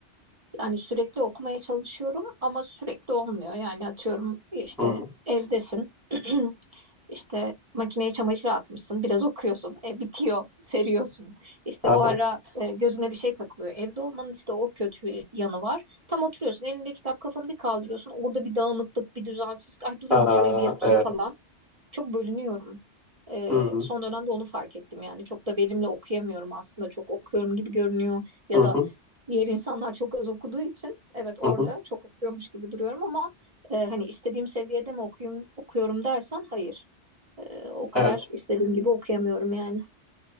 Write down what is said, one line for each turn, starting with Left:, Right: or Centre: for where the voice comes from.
Right: Yani sürekli okumaya çalışıyorum ama sürekli olmuyor. Yani atıyorum işte
Centre: Hı.
Right: evdesin. <clears throat> işte makineye çamaşır atmışsın. Biraz okuyorsun. E, bitiyor. Seriyorsun. İşte
Centre: Aha.
Right: o ara e, gözüne bir şey takılıyor. Evde olmanın işte o kötü yanı var. Tam oturuyorsun. Elinde kitap kafanı bir kaldırıyorsun. Orada bir dağınıklık, bir düzensizlik. Ay dur
Centre: Aa,
Right: ya şurayı bir yapayım
Centre: evet.
Right: falan. Çok bölünüyorum. E,
Centre: Hı hı.
Right: son dönemde onu fark ettim yani. Çok da verimli okuyamıyorum aslında. Çok okuyorum gibi görünüyor ya
Centre: Hı hı.
Right: da Diğer insanlar çok az okuduğu için evet orada
Centre: Hı
Right: çok okuyormuş gibi duruyorum ama e, hani istediğim seviyede mi okuyum, okuyorum dersen hayır. E, o kadar
Centre: Evet.
Right: istediğim gibi okuyamıyorum yani.